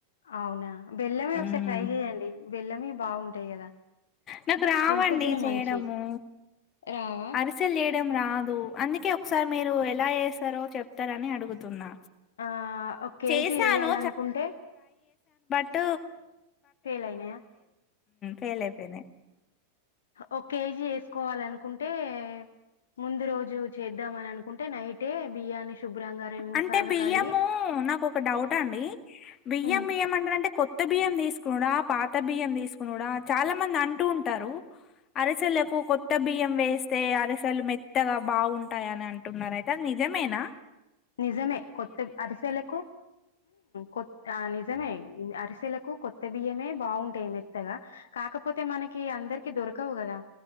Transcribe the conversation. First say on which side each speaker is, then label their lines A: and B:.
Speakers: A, on the left; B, on the left.
A: అవునా బెల్లమే ఒకసారి
B: మ్మ్
A: ట్రై చెయ్యండి బెల్లమే బాగుంటాయి కదా
B: నాకు రావండి
A: హెల్త్ కి కూడా
B: చేయడము
A: మంచి రావా
B: అరిసెలు చేయడం రాదు అందుకే ఒకసారి మీరు ఎలా ఏస్తారో చెప్ ప్తారు అని అడుగుతున్నా
A: ఆ ఒ కేజీ
B: చేశాను
A: ఎయ్యాలనుకుంటే
B: ట్
A: ఫెయిల్ అయినాయా
B: ఫెయిల్ అయిపోయినాయి
A: ఒక కేజీ వేసుకోవాలనుకుంటే అంటే ముందు రోజు చేద్దామని అనుకుంటే నైటే బియ్యాన్ని శుభ్రంగా రెండు మూడు
B: అంటే
A: సార్లు
B: బియ్యము
A: కడిగి
B: నాకు ఒక డౌట్ అండి బియ్యం
A: ఉమ్,
B: బియ్యం అంటారంటే కొత్త బియ్యం తీసుకు కూడా పాత బియ్యం తీసుకునిడా చాలా మంది అంటూ ఉంటారు అరిసెలకు కొత్త బియ్యం వేస్తే అరిసెల్లు మెత్తగా బాగుం టాయి అని అంటున్నారు అయితే అది నిజం రేనా
A: నిజమే కొత్త అరిసేలకు కొత్త నిజమే అరిసెలకు కొత్త బియ్యమే బాగుంటాయి మెత్తగా కాకపోతే మనకి అందరికి దొరకవు కదా